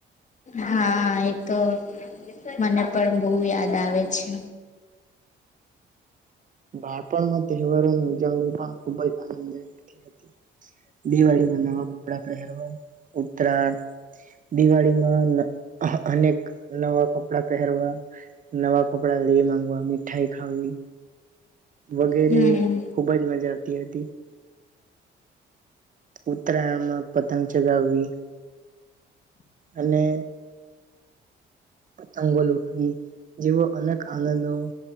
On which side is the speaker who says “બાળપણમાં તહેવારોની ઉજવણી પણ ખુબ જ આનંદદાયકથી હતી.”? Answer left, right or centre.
Right